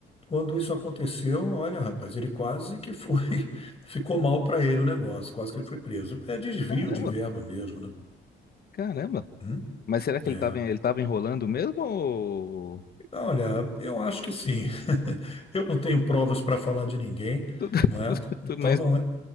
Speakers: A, on the left; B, on the left.
A: quando isso aconteceu, olha, rapaz, ele quase que foi, <laughs> ficou mal para ele o negócio, quase que ele foi preso. É desvio
B: Caramba,
A: de verba mesmo, né?
B: caramba.
A: Uhum.
B: Mas será que
A: É.
B: ele tava, ele tava enrolando mesmo? Ou...
A: Olha, eu acho que sim. <laughs> Eu não tenho provas para falar de ninguém,
B: Tudo,
A: não
B: <laughs>
A: é?
B: tudo,
A: Então
B: tudo- mas
A: não é,